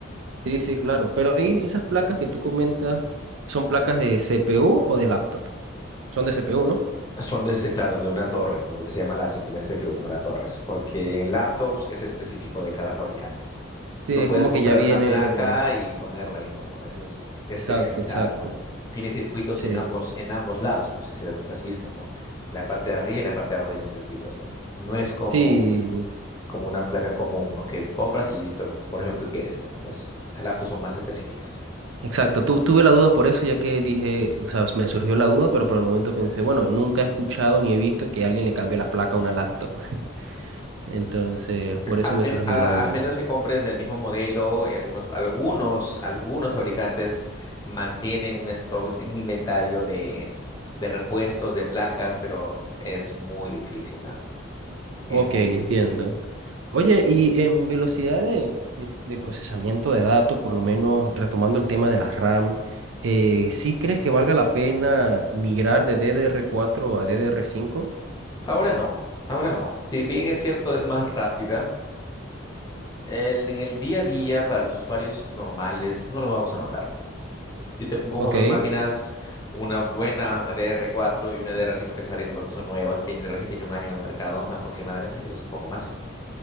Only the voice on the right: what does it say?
Sí, sí, claro. Pero ahí esas placas que tú comentas, ¿son placas de CPU o de laptop? Son de CPU, ¿no?
Sí,
es
como
que ya viene.
Exacto, exacto.
Sí,
sí,
exacto. Tu- tuve la duda por eso, ya que dije, o sea, me surgió la duda, pero por el momento pensé, bueno, nunca he escuchado ni he visto que alguien le cambie la placa a una laptop. <laughs> Entonces, por eso
me
surgió
la duda.
Ok,
entiendo.
Oye, y en velocidad de, de- de procesamiento de datos, por lo menos retomando el tema de las RAM, eh, ¿sí crees que valga la pena migrar de DDR4 a DDR5?
Ok,